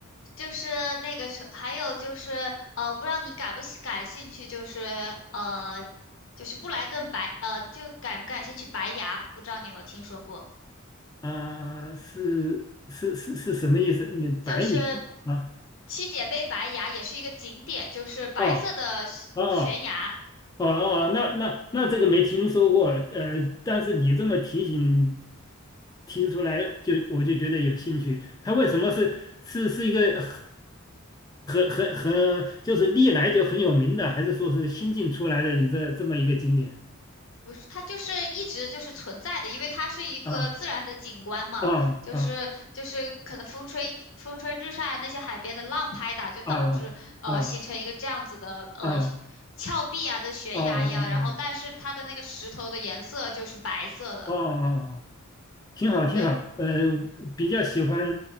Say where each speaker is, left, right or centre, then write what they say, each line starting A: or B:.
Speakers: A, on the left; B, on the left.
A: 就是那个是，还有就是呃，不知道你感不喜感兴趣，就是呃，就是布莱顿白呃，就感不感兴趣白牙，不知道你有没有听说过。
B: 啊、是是是是什么意思？你白银啊？
A: 就是七姐妹白崖也是一个景点，就是白色的悬悬崖，
B: 哦哦哦哦，那那那这个没听说过，呃，但是你这么提醒提出来就，我就觉得有兴趣。它为什么是是是一个很很很很就是历来就很有名的，还是说是新近出来的一个这么一个景点？
A: 不是它就是一直就是存在的，因为它是一个自然的景观嘛，
B: 啊啊啊
A: 就是就是可能风吹风吹日晒啊，那些海边的浪拍打，就导致呃形成一个这样子的呃
B: 啊啊啊啊
A: 峭壁啊的悬崖一样，
B: 啊啊
A: 然后但是它的那个石头的颜色就是白色的，
B: 啊啊！啊挺好，挺好。
A: 所以
B: 呃，比较喜欢